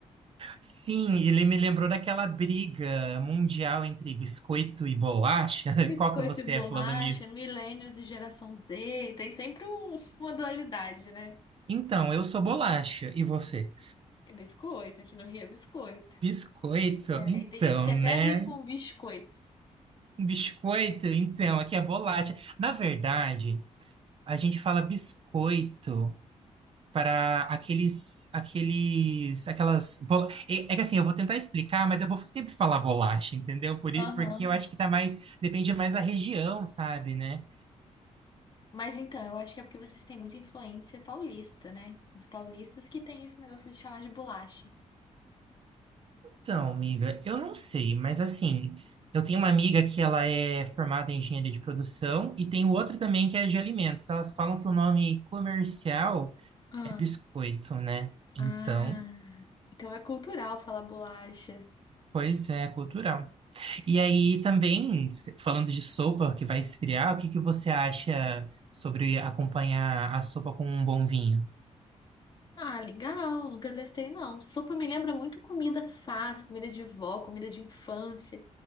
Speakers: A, on the right; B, on the left.
A: Sim, ele me lembrou daquela briga mundial entre biscoito e bolacha.
B: Biscoito
A: <laughs> Qual que você
B: e bolacha,
A: é falando nisso?
B: millennials e geração Z, tem sempre um- <laughs> uma dualidade, né?
A: Então, eu sou bolacha, e você?
B: É biscoito, aqui no Rio é biscoito.
A: Biscoito?
B: É,
A: Então,
B: e tem gente que até
A: né?
B: arrisca um biscoito.
A: Biscoito, então, aqui é bolacha. Na verdade, a gente fala biscoito para aqueles, aqueles, aquelas bola... É, é que assim, eu vou tentar explicar, mas eu vou sempre falar bolacha, entendeu? Por, i-
B: Aham.
A: porque eu acho que tá mais, depende mais da região, sabe, né?
B: Mas então, eu acho que é porque vocês têm muita influência paulista, né? Os paulistas que têm esse negócio de chamar de bolacha.
A: Então, amiga, eu não sei, mas assim, eu tenho uma amiga que ela é formada em engenharia de produção e tem outra também que é de alimentos. Elas falam que o nome comercial
B: Ah,
A: é biscoito, né?
B: Ah,
A: Então,
B: então é cultural falar bolacha.
A: pois é, cultural. E aí também, se- falando de sopa que vai esfriar, o que que você acha sobre acompanhar a sopa com um bom vinho?
B: Ah, legal, nunca testei não. Sopa me lembra muito comida fácil, comida de vó, comida de infância.